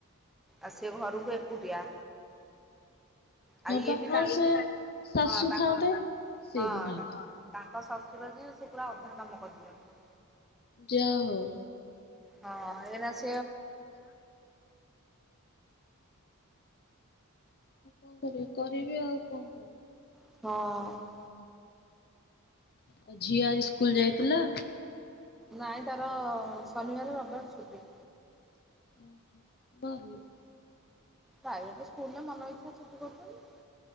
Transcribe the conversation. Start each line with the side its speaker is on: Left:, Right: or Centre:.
Centre: ଆଉ ସେ ଘରୁକୁ ଏକୁଟିଆ। ଆଉ
Left: ହଁ
Centre: ଇଏ
Left: ପା
Centre: ବି ତାଙ୍କ
Left: ସେ ଶାଶୁ
Centre: ହଁ ତା
Left: ଥାନ୍ତେ ସିଏ
Centre: ହଁ
Left: ବି ନାହାନ୍ତି।
Centre: ତା ତାଙ୍କ ଶଶୁର ଯିଏ ସେ ପୁରା ଅଧା କାମ କରିଦିଅନ୍ତି।
Left: ଯା ହଉ।
Centre: ହଁ ଏଇନା ସେ
Left: ହଇରାଣ। ଆଉ କଣ କରିବେ-କରିବେ ଆଉ କଣ କରିବେ।
Centre: ହଁ।
Left: ହଁ ଆଉ ଝିଅ ଆଜି ସ୍କୁଲ ଯାଇଥିଲା?
Centre: ନାଇଁ ତାର ଶନିବାର, ରବିବାର ଛୁଟି।
Left: ଓହୋ। ଭଲ।
Centre: ପ୍ରାଇଭେଟେ ସ୍କୁଲରେ ମନ ଇଚ୍ଛା ଛୁଟି କରୁଚନ୍ତି।